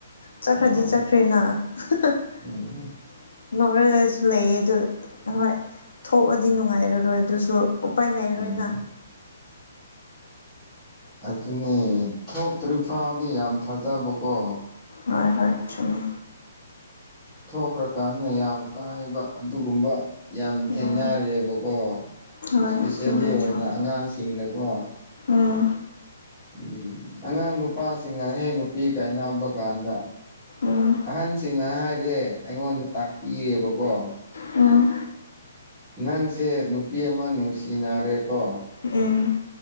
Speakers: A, on the left; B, in the centre.
A: ꯆꯠꯈ꯭ꯔꯗꯤ
B: ꯃꯥꯅꯤ
A: ꯆꯠꯈ꯭ꯔꯦꯅ <unintelligible>
B: ꯎꯝ
A: ꯅꯣꯛꯔꯒꯁꯨ ꯂꯩꯌꯦ ꯑꯗꯨ ꯍꯣꯏ ꯊꯣꯛꯑꯗꯤ ꯅꯨꯡꯉꯥꯏꯔꯔꯣꯏ ꯑꯗꯨꯁꯨ ꯎꯄꯥꯏ ꯂꯩꯔꯔꯣꯏꯅ
B: ꯎꯝ꯫ ꯑꯗꯨꯅꯦ ꯊꯣꯛꯇ꯭ꯔꯤ ꯐꯥꯎꯗꯤ ꯌꯥꯝ ꯊꯥꯖꯕꯀꯣ꯫
A: ꯍꯣꯢ ꯍꯣꯏ ꯆꯨꯝꯃꯤ꯫
B: ꯊꯣꯛꯈ꯭ꯔꯀꯥꯟꯗ ꯌꯥꯝ ꯀꯥꯏꯕ ꯑꯗꯨꯒꯨꯝꯕ꯫ ꯌꯥꯝ ꯊꯦꯡꯅꯔꯑꯦꯕꯀꯣ
A: ꯎꯝ ꯍꯣꯏ
B: ꯏꯁꯄꯤꯁꯦꯜꯂꯤ
A: ꯆꯨꯝꯃꯦ
B: ꯑꯣꯏꯅ
A: ꯆꯨꯝꯃꯦ
B: ꯑꯉꯥꯡꯁꯤꯡꯗꯀꯣ
A: ꯎꯝ
B: ꯎꯝ ꯑꯉꯥꯡ ꯅꯨꯄꯥꯁꯤꯡꯅ ꯍꯦꯛ ꯅꯨꯄꯤ ꯀꯥꯏꯅꯕ ꯀꯥꯟꯗ
A: ꯎꯝ
B: ꯑꯍꯟꯁꯤꯡꯅ ꯍꯥꯏꯔꯑꯦ ꯑꯩꯉꯣꯟꯗ ꯇꯥꯛꯄꯤꯔꯦꯕꯀꯣ
A: ꯑ
B: ꯅꯪꯁꯦ ꯅꯨꯄꯤ ꯑꯃ ꯅꯨꯡꯁꯤꯅꯔꯦꯀꯣ
A: ꯎꯝ